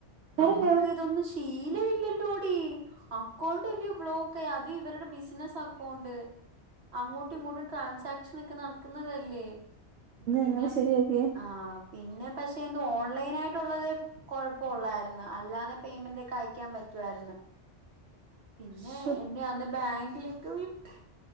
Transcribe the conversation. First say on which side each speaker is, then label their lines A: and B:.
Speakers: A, on the right; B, on the right.
A: കരഞ്ഞോ?
B: നമ്മുക്ക് ഇതൊന്നും- ശീലമില്ലല്ലോടി
A: <inaudible>
B: അക്കൗണ്ട് അല്ലേ ബ്ലോക്ക് ആയി അത് ഇവരുടെ ബിസിനസ് അക്കൗണ്ട്. അങ്ങോട്ടും ഇങ്ങോട്ടും ട്രാൻസക്ഷൻ ഒക്കെ നടക്കുന്നതല്ലേ. പിന്നെ
A: എങ്ങനെ ശരിയാക്കിയേ?
B: ആഹ് പിന്നെ പക്ഷെ എന്തോ ഓൺലൈൻ ആയിട്ടുള്ളത്. കൊഴപ്പുള്ളായിരുന്നു അല്ലാതെ പേയ്മെന്റ് ഒക്കെ അയ്ക്കാൻ പറ്റുയിരുന്നു.
A: <inaudible>
B: പിന്നെ
A: ശ്ശോ!
B: എന്നെ അന്ന് ബാങ്ക് ലൊക്കെ വിട്ട്